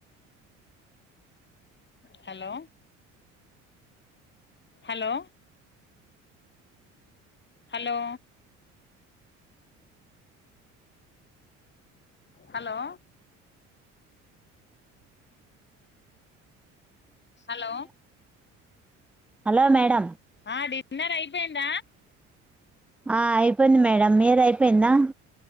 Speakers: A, on the left (about 30°); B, in the centre.
A: hello hello hello hello hello
B: hello madam
A: ఆ డిన్నర్ అయిపోయిందా
B: ఆ అయిపోయింది మేడం మీది అయిపోయిందా